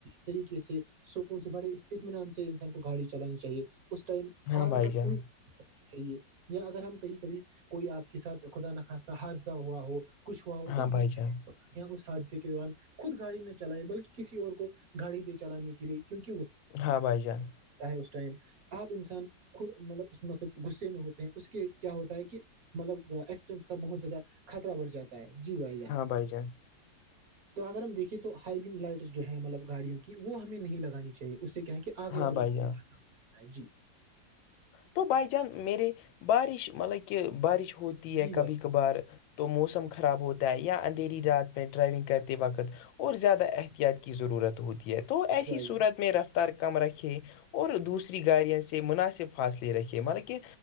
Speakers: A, on the right (about 55°); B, on the left (about 85°).
A: طریقے سے سکون سے بڑے اطمینان سے انسان کو گاڑی چلانی چاہیے اس ٹائم
B: ہاں
A: ہارم
B: بھائی
A: کس
B: جان
A: ی یا اگر ہم کہیں کبھی کوئی آپ کے ساتھ خدا نخواستہ حادثہ ہوا ہو کچھ ہوا وہ
B: ہاں
A: تو
B: بھائی جان
A: اس حادثے کے دوران خود گاڑی نہ چلائے بلکہ کسی اور کو گاڑی دے چلانے کے لیے کیونک وہ
B: ہاں بھائی جان
A: اس ٹائم آپ انسان خود مطلب اس میںق غصے میں ہوتے ہیں اس کے کیا ہوتا ہے کہ مطلب ایکسیڈینٹس کا بہت زیادہ خطر بڑھ جاتا ہے جی بھائی جان
B: بائی جیں
A: تو اگر ہم دیکے تو ہائی ونگ لائٹس جو ہے مطلب گاڑی کی وہ ہمیں نہیں لگانی چاہیے اس سے کیا کہ آگے
B: ہاں
A: والوں
B: بھائی
A: کو
B: جان
A: بھی خترم ہو جاتا ہے جی
B: تو بائی چان میرے بارش مطلب کہ بارش ہوتی
A: جی
B: ہے
A: بھائی
B: کبھی کبھار تو موسم خراب ہوتا ہے یا اندھیری رات میں ڈرائیونگ کر وقت اور زیادہ احتیاط کی ضرورت ہوتی ہے تو ایسی
A: جان
B: صورت میں رفت کم رکھے اور دوسری گاڑیاں سے مناسب فاصلے رکھیے مطلب کہ